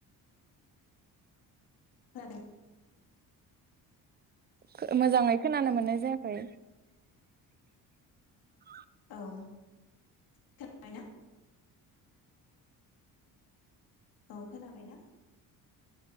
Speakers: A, on the left; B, on the right.
A: खोनादों?
B: खो मोजाङै खोनानो मोननाय जायाखै। <inaudible>
A: औ खोनाबाय ना? औ खोनाबाय ना?